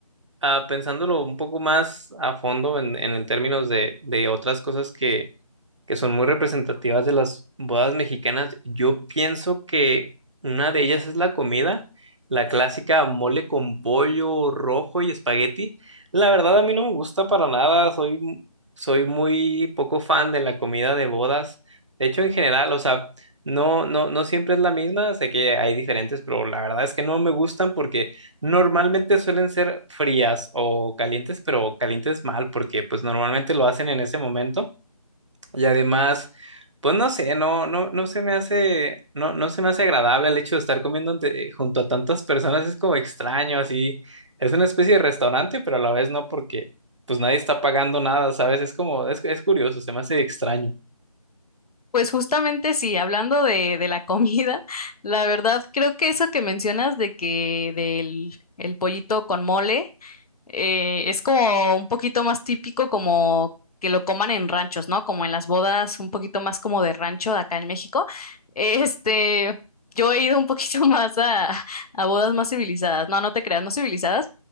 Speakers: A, on the right; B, on the left.
A: ah, pensándolo un poco más a fondo en, en el términos de, de otras cosas que que son muy representativas de las bodas mexicanas. Yo pienso que una de ellas es la comida, la clásica mole con pollo rojo y espagueti. La verdad a mí no me gusta para nada, soy, soy muy poco fan de la comida de bodas. De hecho, en general, o sea, no, no, no siempre es la misma, sé que hay diferentes, pero la verdad es que no me gustan porque normalmente suelen ser frías o calientes, pero calientes mal, porque pues normalmente lo hacen en ese momento. Y además, pues no sé, no, no, no se me hace, no, no se me hace agradable el hecho de estar comiendo ante- junto a tantas personas, es como extraño, así, es una especie de restaurante, pero a la vez no, porque pues nadie está pagando nada, ¿sabes? Es como, es, es curioso, se me hace extraño.
B: Pues justamente sí, hablando de, de la comida, <laughs> la verdad creo que eso que mencionas de que del el pollito con mole. Eh, es como un poquito más típico como que lo coman en ranchos, ¿no? Como en las bodas, un poquito más como de rancho de acá en México. <laughs> Este, yo he ido un poquito <laughs> más a, a bodas más civilizadas, no, no te creas, no civilizadas,